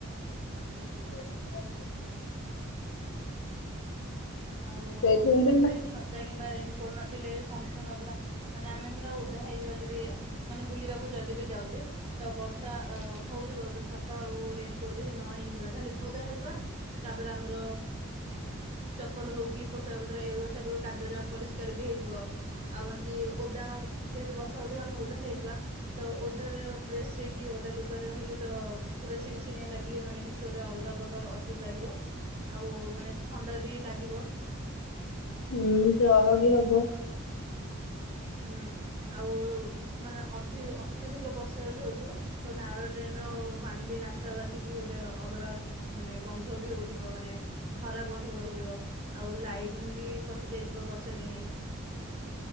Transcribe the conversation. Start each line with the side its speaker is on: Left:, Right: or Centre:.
Left: <unintelligible>
Right: <inaudible> ଆଉ
Left: ସେଇଥିପାଇଁ
Right: ଏମିତି
Left: ତ
Right: ଛତା କିମ୍ବା ରେନ୍କୋଟ୍ ନଥିଲେ ସମ୍ପୂର୍ଣ୍ଣ ପୁରା ମାନେ ଆମେ ପୁରା ୱଦା ହେଇଯିବା ଯଦି ମାନେ ବୁଲିବାକୁ ଯଦି ବି ଯାଉଛେ। ତ ବର୍ଷା ହଉଥିବ ତ ଛତା ଆଉ ରେନକୋଟ ଯଦି ନ ନେଇକିଯିବା ତାହେଲେ ଓଦା ହେଇଯିବା। ତାପରେ ଆମର ଚପଲ ହେଉ କିି ପୋଷାକ ପତ୍ର ଏଭଳି ସବୁ କାର୍ଯ୍ୟରେ ଅପରିଷ୍କାର ବି ହେଇଯିବ। ଆଉ ବାକି ଓଦା ଯେହେତୁ ବର୍ଷା ହଉଥିବ ଆମେ ଓଦା ହେଇଯିବା। ତ ଓଦାରେ ଡ୍ରେସ ଯକି ଓଦା ଲୁଗରେ ରହିଲେ ତ ପୁରା ଶିଣି ଶିଣିଆ ଲାଗିକି ମାନେ କି ମା ଛ ଗୋଟେ ଅଲଗା ପ୍ରକାର ଅଜୀବ ଲାଗିବ ଆଉ ମାନେ ଥଣ୍ଡା ବି ଲାଗିବ।
Left: ହୁଁ ସେ ଅରଗୀ ହବ।
Right: ହୁଁ ଆଉ ମାନେ ଅଧିକ ଅତ୍ୟଧିକ ବର୍ଷା ଯେହେତୁ ତ ନାଳ ଡ୍ରେନର ପାଣି ବି ରାସ୍ତାକୁ ଆସିକି ଗୋଟେ ଅ ଅଲଗା ମାନେ ଗନ୍ଧ ବି ହଉଥିବ। ମାନେ ଖରାପ୍ ଗନ୍ଧ ଗୋଟେ ହଉଥିବ। ଆଉ ଲାଇନ୍ ବି କଟି ଯାଇଥିବ ବର୍ଷା ଦିନେ।